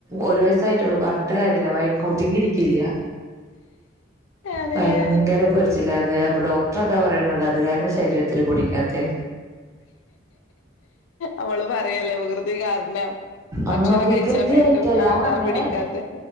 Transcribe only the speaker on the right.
ഒരു വയസായിട്ടുള്ളൂ പറ ഞ്ഞിട്ട് കാര്യല്ല ഭയ ഒതുങ്ങി ഇരിക്കില്ല
ഭയങ്കര പൊരിച്ചില്ലത് അപ്പൊ ഡോക്ടറതാ പറയുണത് അത് കാരണ ശരീരത്തി പിടിക്കാത്തെ
ആഹ് വികൃതിയായിട്ടല്ല
അങ്ങനെ